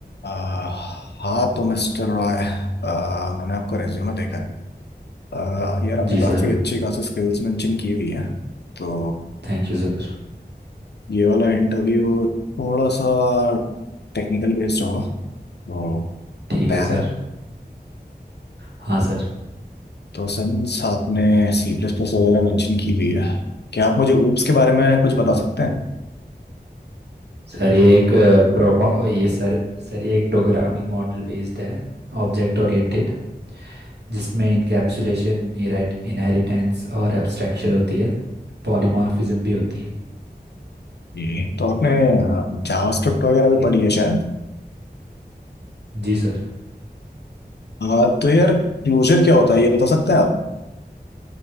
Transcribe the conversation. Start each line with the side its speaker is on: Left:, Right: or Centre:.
Left: अह, हाँ तो मिस्टर रॉय अह, मैंने आपका रिज्यूमे देखा है अह, यार आपने
Right: Ji
Left: काफ़ी
Right: sir
Left: अच्छी खासी स्किल्स मेंशन की हुई है तो
Right: Thank you sir
Left: ये वाला इंटरव्यू थोड़ा सा टेक्निकल बेस्ड होगा तो
Right: ठीक
Left: तैयार
Right: है sir
Left: है
Right: हाँ सर
Left: तो सिंस आपने सी प्लस प्लस वगैरह मेंशन की हुई है क्या आप मुझे ऊप्स के बारे में कुछ बता सकते हैं
Right: सर ये एक अ, प्रोमो ये सर सर ये एक प्रोग्रामिंग मॉडल बेस्ड है Object oriented जिसमें इनकैप्सुलेशन इनहेरिटेंस और एब्स्ट्रैक्शन होती है पॉलीमॉर्फिज्म भी होती है
Left: ये तो आपने जावास्क्रिप्ट वगैरह भी पढ़ी है शायद
Right: जी सर
Left: अह, तो यार क्लोजर क्या होता है ये बता सकते हैं आप?